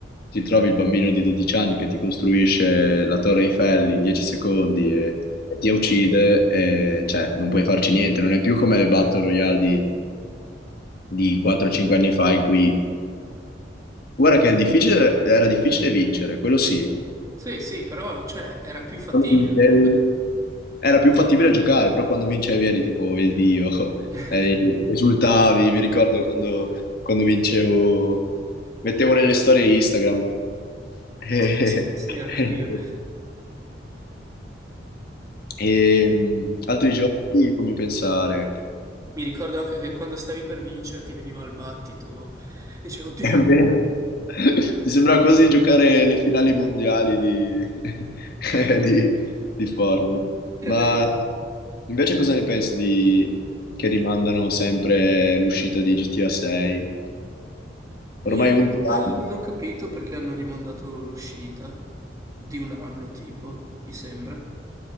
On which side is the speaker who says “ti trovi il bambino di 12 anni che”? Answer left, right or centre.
Left